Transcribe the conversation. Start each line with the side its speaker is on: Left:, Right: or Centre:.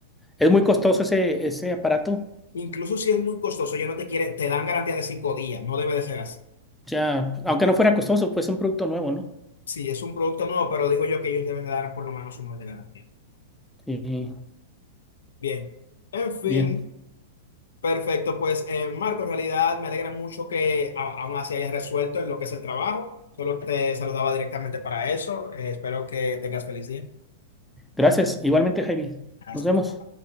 Centre: es muy costoso ese, ese aparato,
Left: Incluso si es muy costoso, yo no te quieren, te dan garantía de cinco días. No debe de ser así.
Centre: ya, aunque no fuera costoso, pues es un producto nuevo, ¿no?
Left: Sí, es un producto nuevo, pero digo yo que ellos deben de dar por lo menos un mes de garantía.
Centre: Y,
Left: Bien. En fin,
Centre: bien,
Left: perfecto. Pues, eh, Marco, en realidad me alegra mucho que a- aún así hayas resuelto en lo que es el trabajo. Solo te saludaba directamente para eso. Eh, espero que tengas feliz día.
Centre: gracias. Igualmente, Jaime,
Left: Hasta
Centre: nos vemos.
Left: luego.